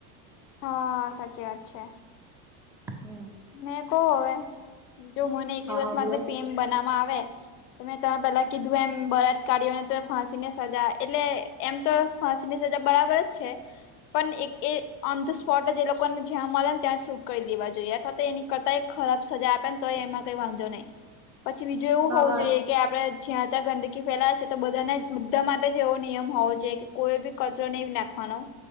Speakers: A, on the left; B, in the centre.
A: હા સાચી વાત છે.
B: હા.
A: મેં કહું હવે જો મને એક
B: હા
A: દિવસ
B: હા
A: માટે
B: બોલો
A: પી એમ બનાવા આવે તો મેં તમે પહેલાં કીધું એમ બળાત્કારીઓને તો ફાંસીને સજા એટલે એમ તો ફાંસીની સજા બરાબર જ છે. પણ એક એ ઓન ધ સ્પોટ જ એ લોકોને જ્યાં મળે ને ત્યાં <unintelligible> કરી દેવા જોઈએ. હા તો એની કરતા ખરાબ સજા આપે ને તો એમાં કઈ વાંધો નહી. પછી બીજું એવું
B: હા
A: હોવું
B: હા
A: જોઈએ કે આપડે જ્યાં ત્યાં ગંદકી ફેલાવે છે તો બધાને બધા માટે જ એવો નિયમ હોવો જોઈએ કે કોઈ બી કચરો નહીં નાખવાનો.